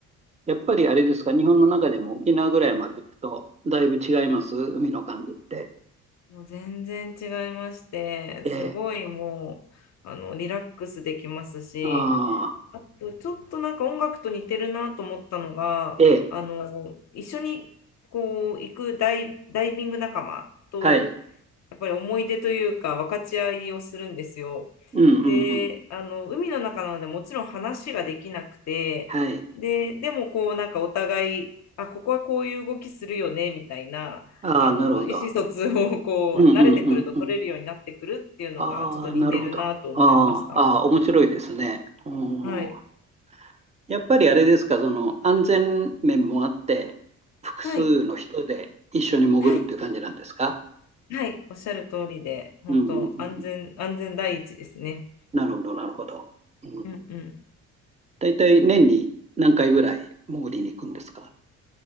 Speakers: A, on the right; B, on the left.
A: やっぱりあれですか、日本の中でも沖縄ぐらいまで行くと、だいぶ違います、海の感じって。
B: もう全然違いまして、
A: ええ。
B: すごいもう、あの、リラックスできますし、
A: ああ、
B: あと、ちょっとなんか音楽と似てるなと思ったのが、
A: ええ。
B: あの、一緒にこう、行くダイ、ダイビング仲間と、
A: はい。
B: やっぱり思い出というか分かち合いをするんですよ。
A: うんうんうん。
B: で、あの、海の中なのでもちろん話ができなくて、
A: はい。
B: で、でもこうなんかお互い、あ、ここはこういう動きするよね、みたいな、
A: ああ、
B: あの、
A: なるほど。
B: 意思疎通をこう慣れてくると取れるようになってくるっていうのがちょっと似てるなと思いました。
A: うんうんうんうん。ああ、なるほど。ああ、ああ面白いですね。う
B: はい。
A: んやっぱりあれですか、その安全面もあって、複数の人で一緒に潜るっていう感じなんですか
B: はい。はい。はい。おっしゃる通りで、本当安全、
A: うんうんうん。
B: 安全第一ですね。
A: なるほど、なるほど。うん、
B: うんうん。
A: 大体年に何回ぐらい潜りに行くんですか